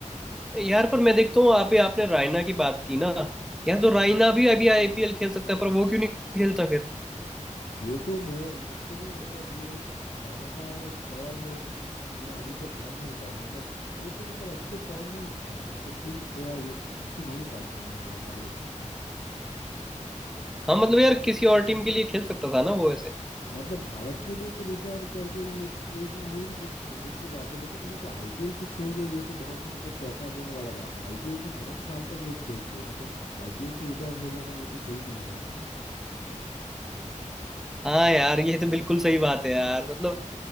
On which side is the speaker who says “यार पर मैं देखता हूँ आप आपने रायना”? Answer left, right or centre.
Centre